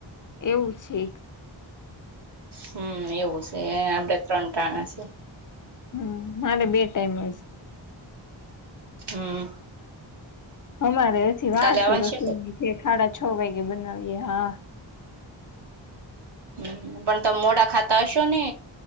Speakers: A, on the left; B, on the right.
A: એવું છે.
B: હમ એવું છે, આપડે ત્રણ ટાણા છે.
A: હમ મારે બે ટાઈમ જ
B: હમ
A: અમારે હજી વાર
B: કાલે આવવાનું
A: છે રસોની
B: કે?
A: જે સાડા છ વાગે બનાવીએ હા
B: હ પણ તમે મોડા ખાતા હશો ને?